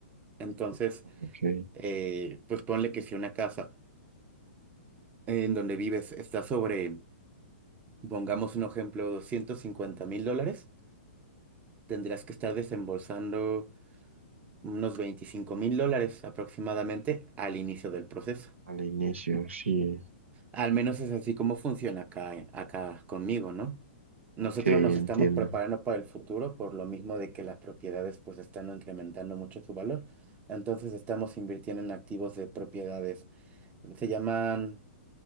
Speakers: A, on the right (about 20°); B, on the right (about 80°).
A: Entonces,
B: Ok,
A: eh, pues ponle que si una casa en donde vives está sobre, pongamos un ejemplo, doscientos cincuenta mil dólares, tendrás que estar desembolsando unos veinticinco mil dólares aproximadamente al inicio del proceso.
B: al inicio, sí.
A: Al menos es así como funciona acá, eh, acá conmigo, ¿no? Nosotros
B: Ok,
A: nos
B: entiendo.
A: estamos preparando para el futuro por lo mismo de que las propiedades pues están incrementando mucho su valor. Entonces estamos invirtiendo en activos de propiedades. Se llaman,